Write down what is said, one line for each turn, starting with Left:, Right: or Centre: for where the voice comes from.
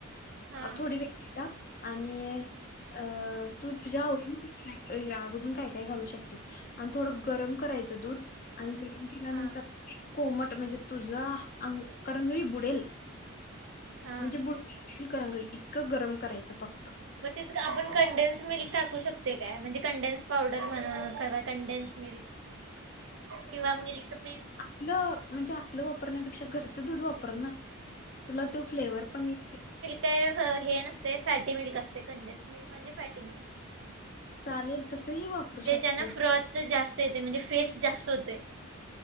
Right: हां,
Left: अ थोडी वेलचि टाक आणी अ तु तुझ्या आवडीची अगदून काय काय घालू शकतेस आणि थोडं गरम करायचं
Right: हां,
Left: दूध आणि गरम केल्यानंतर
Right: हां,
Left: कोमट म्हणजे तुझा अगं करंगळी बुडेल
Right: हां.
Left: म्हणजे बुडशील करंगळी इतकं गरम करायचं फक्त.
Right: मग तिथ आपण कंडेन्स मिल्क टाकू शकतो काय, म्हणजे कंडेन्स पावडर म्हणा, कंडेन्स मिल्क किंवा मिल्क पीस
Left: आपलं म्हणजे असलं वापरण्यापेक्षा घरचं दूध वापर ना. तुला तो फ्लेवर पण ये
Right: त हे नसते सॅटी मध्ये असते कंडेन्स मिल्क म्हणजे फॅटी मिल्क.
Left: चालेल तसही वापरू
Right: देचना
Left: शकशील.
Right: फ्रत जास्त येते म्हणजे फेस जास्त होते